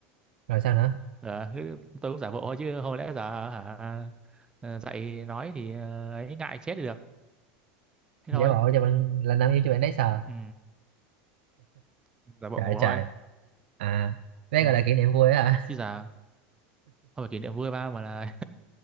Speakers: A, on the right; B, on the right.
A: rồi sao nữa
B: Ờ, thế tôi cũng giả bộ thôi chứ không lẽ giờ hả ờ, dậy nói thì ờ, ấy ngại chết thì được thế
A: giả
B: thôi
A: bộ cho bạn là nam yêu cho bạn đấy sờ
B: ừ giả bộ
A: trời
B: ngủ
A: trời
B: thôi
A: à đây
B: ừ.
A: gọi là kỷ niệm vui á hả
B: chứ giờ không phải kỷ niệm vui ba mà là